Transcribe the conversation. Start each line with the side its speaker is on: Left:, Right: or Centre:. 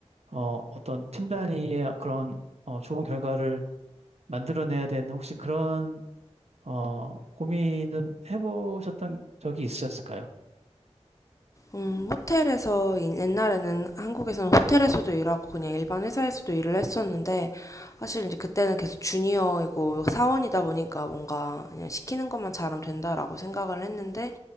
Right: 어, 어떤 팀 단위의 그런 어, 좋은 결과를 만들어내야 되는 혹시 그런 어, 고민은 해보셨던 적이 있으셨을까요?
Left: 음, 호텔에서 옛날에는 한국에서는 호텔에서도 일하고 그냥 일반 회사에서도 일을 했었는데 사실 이제 그때는 계속 주니어이고 사원이다 보니까 뭔가 그냥 시키는 것만 잘하면 된다라고 생각을 했는데